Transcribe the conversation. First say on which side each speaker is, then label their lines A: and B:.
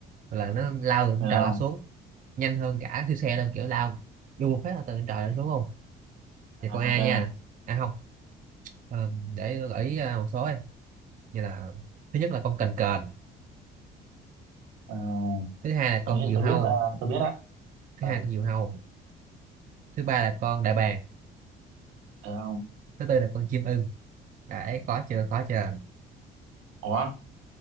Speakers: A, on the right; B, on the right.
A: Gọi là nó lao từ trên
B: được
A: trời
B: không?
A: lao xuống nhanh hơn cả siêu xe luôn kiểu lao vô một phát là từ trên trời lao xuống luôn thì
B: À,
A: con A
B: ok.
A: nha à không ờ, để tôi gợi ý ờ, một số ấy như là thứ nhất là con cành cờn
B: Ờ,
A: thứ hai là con
B: tôi nghĩ là
A: diều
B: tôi
A: hâu
B: biết là tôi biết á.
A: thứ
B: Ờ,
A: hai con diều hâu thứ ba là con đại bàng
B: được không?
A: thứ tư là con chim ưng đấy có chưa có chưa
B: Ủa,